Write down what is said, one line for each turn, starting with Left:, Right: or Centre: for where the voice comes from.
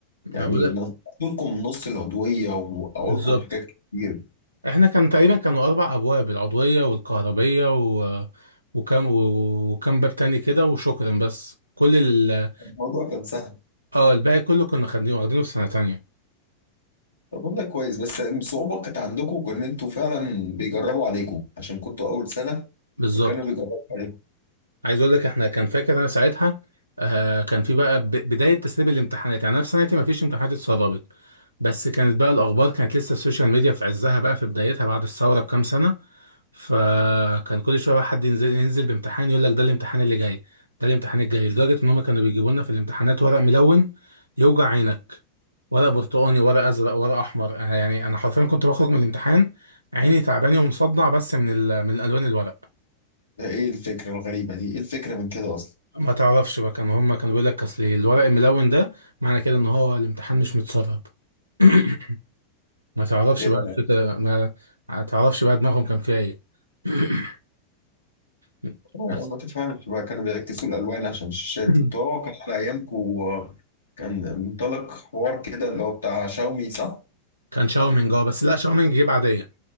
Left: يعني
Right: ما بقول
Left: نقولكم نص العضوية وأقولكم
Right: بالظبط
Left: حاجات كتير
Right: احنا كان تقريبا كانوا اربع ابواب العضويه والكهربيه و... وكم و- وكم باب تاني كده وشكرا بس كل ال...
Left: الموضوع كان سهل
Right: اه الباقي كله كنا خدين واخدينه في سنه تانية
Left: طب والله كويس بس الصعوبة كانت عندكم إن أنتوا فعلا بيجربوا عليكم عشان كنتوا أول سنة
Right: بالظبط
Left: فكانوا بيجربوا عليكم
Right: عايز اقول لك احنا كان فاكر انا ساعتها آه كان في بقى ب- بدايه تسريب الامتحانات يعني انا في سنتي ما فيش امتحانات اتسربت بس كانت بقى الاخبار كانت لسه السوشيال ميديا في عزها بقى في بدايتها بعد الثوره بكام سنه فكان كل شويه بقى حد ينزل ينزل بامتحان يقول لك ده الامتحان اللي جاي ده الامتحان الجاي لدرجه ان هم كانوا بيجيبوا لنا في الامتحانات ورق ملون يوجع عينك ورق برتقاني ورق ازرق ورق احمر أنا يعني انا حرفيا كنت بخرج من الامتحان عيني تعباني ومصدع بس من ال- من الالوان الورق
Left: ده إيه الفكرة الغريبة دي إيه الفكرة من كده أصلا
Right: ما تعرفش بقى كان هم كانوا بيقول لك اصل الورق الملون ده معنى كده ان هو الامتحان مش متسرب <coughs> <clears throat> ما تعرفش
Left: يا-
Right: بقى الفكرة ما ما تعرفش بقى دماغهم كان فيها ايه <coughs> <clears throat>
Left: آه،
Right: بس
Left: ما تفهمش بقى كانوا بيعكسوا الألوان عشان الشاشات
Right: <clears throat>
Left: أنتوا أه كان على أيامكم آه، كان منطلق حوار كده اللي هو بتاع شاومي صح؟
Right: كان شاومينج اه بس لا شاومينج جه بعديه